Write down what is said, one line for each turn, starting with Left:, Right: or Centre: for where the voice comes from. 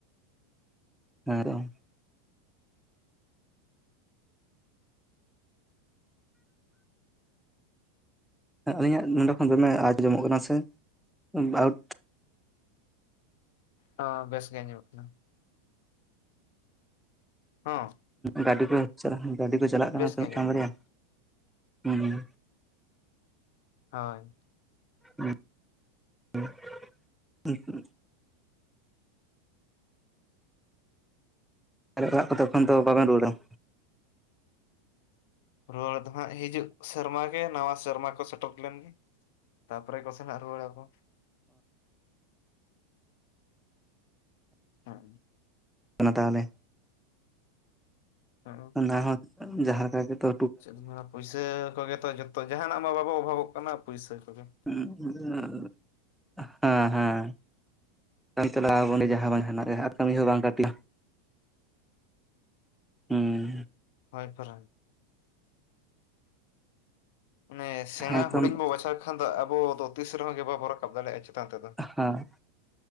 Centre: ᱦᱮᱸ ᱛᱚ᱾ ᱟᱹᱞᱤᱧᱟᱜ ᱱᱚᱰᱮ ᱠᱷᱚᱱ ᱫᱚᱢᱮ ᱟᱸᱡᱚᱢᱚᱜ ᱠᱟᱱᱟ ᱥᱮ ᱵᱷᱟᱣᱩᱴ
Left: ᱦᱚᱸ ᱵᱮᱥ ᱜᱮ ᱟᱸᱡᱚᱢᱚᱜ ᱠᱟᱱᱟ᱾ ᱦᱚᱸ
Centre: ᱜᱟᱹᱰᱤ ᱠᱚ ᱪᱟᱞᱟᱜ ᱜᱟᱹᱰᱤ ᱠᱚ ᱪᱟᱞᱟᱜ ᱠᱟᱱᱟ
Left: ᱵᱮᱥ
Centre: ᱛᱚ,
Left: ᱜᱮ
Centre: ᱢᱤᱫᱴᱟᱝ
Left: ᱟᱸᱡᱚᱢᱚᱜ
Centre: ᱵᱟᱨᱭᱟ
Left: ᱠᱟᱱᱟ
Centre: ᱦᱮᱸ᱾
Left: ᱦᱳᱭ᱾
Centre: <inaudible> ᱟᱨ ᱚᱲᱟᱜ ᱠᱚ ᱠᱟᱛᱮ ᱮᱠᱷᱚᱱ ᱫᱚ ᱵᱟᱵᱮᱱ ᱨᱩᱣᱟᱹᱲᱟ ᱛᱚ᱾
Left: ᱨᱩᱣᱟᱹᱲ ᱫᱚ ᱦᱟᱸᱜ ᱦᱤᱡᱩᱜ ᱥᱮᱨᱢᱟ ᱜᱮ ᱱᱟᱣᱟ ᱥᱮᱨᱢᱟ ᱠᱚ ᱥᱮᱴᱮᱨ ᱞᱮᱱ ᱜᱮ ᱛᱟᱨᱯᱚᱨᱮ ᱠᱚᱥᱮᱱᱟ ᱨᱩᱣᱟᱲᱟ ᱵᱚᱱ ᱦᱮᱸ᱾
Centre: ᱚᱱᱟ ᱛᱟᱦᱚᱞᱮ
Left: ᱦᱮᱸ᱾
Centre: ᱚᱱᱟ ᱦᱚᱸ ᱡᱟᱦᱟᱸ ᱞᱮᱠᱟ ᱜᱮ ᱛᱚ᱾
Left: ᱪᱮᱫ ᱢᱟ ᱯᱩᱭᱥᱟᱹ ᱠᱚᱜᱮ ᱛᱚ? ᱡᱚᱛᱚ ᱡᱟᱦᱟᱱᱟᱜ ᱢᱟ ᱵᱟᱵᱚ ᱚᱵᱷᱟᱵᱚᱜ ᱠᱟᱱᱟ ᱯᱩᱭᱥᱟᱹ ᱠᱚᱜᱮ᱾
Centre: <unintelligible> ᱦᱮᱸ ᱦᱮᱸ, ᱤᱱᱠᱟᱹ ᱵᱟᱲᱟ ᱩᱱᱤ ᱡᱟᱦᱟᱸ ᱵᱟ ᱡᱟᱦᱟᱱᱟᱜ ᱜᱮᱦᱟᱸ ᱠᱟᱹᱢᱤ ᱦᱚᱸ ᱵᱟᱝ ᱠᱟᱹᱴᱤ, ᱦᱩᱸ᱾
Left: ᱦᱳᱭ, ᱯᱷᱟᱨ ᱚᱱᱮ ᱥᱮᱬᱟ
Centre: ᱦᱮᱸ ᱛᱚ
Left: ᱦᱩᱰᱤᱧ ᱵᱚ ᱵᱟᱪᱷᱟᱣ᱾ ᱵᱟᱠᱷᱟᱱ ᱫᱚ ᱟᱵᱚ ᱫᱚ ᱛᱤᱥ ᱨᱮᱦᱚᱸ ᱜᱮ ᱵᱟᱵᱚ ᱨᱟᱠᱟᱵ ᱫᱟᱲᱮᱭᱟᱜᱼᱟ᱾ ᱪᱮᱛᱟᱱ ᱛᱮᱫᱚ᱾
Centre: ᱦᱮᱸ